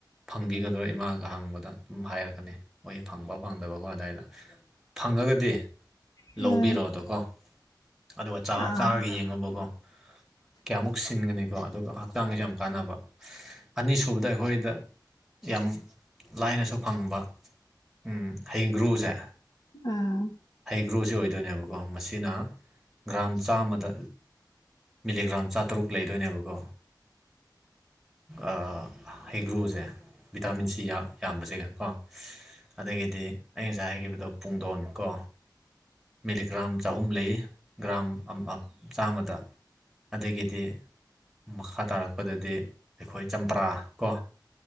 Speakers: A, in the centre; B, on the left.
A: ꯐꯪꯕꯤꯒꯗꯔꯥ ꯏꯃꯥꯒ ꯍꯥꯡꯕꯗ ꯑꯗꯨꯝ ꯍꯥꯏꯔꯛꯀꯅꯤ ꯃꯣꯏ ꯐꯪꯕ ꯐꯪꯗꯕꯀꯣ ꯑꯗꯨꯗꯥꯏꯗ ꯐꯪꯉꯒꯗꯤ
B: ꯎꯝ
A: ꯂꯧꯕꯤꯔꯛꯑꯣꯗꯣꯀꯣ ꯑꯗꯨꯒ ꯆꯥ
B: ꯑꯥ
A: ꯆꯥꯔꯒ ꯌꯦꯡꯉꯣꯕꯀꯣ ꯀꯌꯥꯃꯨꯛ ꯁꯤꯟꯒꯅꯤꯀꯣ ꯑꯗꯨꯒ ꯍꯛꯆꯥꯡꯁꯨ ꯌꯥꯝ ꯀꯥꯟꯅꯕ ꯑꯅꯤꯁꯨꯕꯗ ꯑꯩꯈꯣꯏꯗ ꯌꯥꯝ ꯂꯥꯏꯅꯁꯨ ꯐꯪꯕ ꯎꯝ ꯍꯩꯒ꯭ꯔꯨꯁꯦ
B: ꯑꯥ
A: ꯍꯩꯒ꯭ꯔꯣꯁꯦ ꯑꯣꯏꯗꯣꯏꯅꯦꯕꯀꯣ ꯃꯁꯤꯅ ꯒ꯭ꯔꯥꯝ ꯆꯥꯝꯃꯗ ꯃꯤꯂꯤꯒ꯭ꯔꯥꯝ ꯆꯥꯇꯔꯨꯛ ꯂꯩꯗꯣꯏꯅꯦꯕꯀꯣ ꯑ ꯍꯩꯒ꯭ꯔꯨꯁꯦ ꯚꯤꯇꯥꯃꯤꯟ ꯁꯤ ꯌꯥꯝꯕꯁꯦꯒ ꯀꯣ ꯑꯗꯒꯤꯗꯤ ꯑꯩ ꯉꯁꯥꯏ ꯍꯥꯏꯈꯤꯕꯗꯣ ꯄꯨꯡꯗꯣꯟ ꯀꯣ ꯃꯤꯂꯤꯒ꯭ꯔꯥꯝ ꯆꯍꯨꯝ ꯂꯩ ꯒ꯭ꯔꯥꯝ ꯑꯝ ꯑꯝ ꯆꯥꯝꯃꯗ ꯑꯗꯒꯤꯗꯤ ꯃꯈꯥ ꯇꯥꯔꯛꯄꯗꯗꯤ ꯑꯩꯈꯣꯏ ꯆꯝꯄ꯭ꯔꯥ ꯀꯣ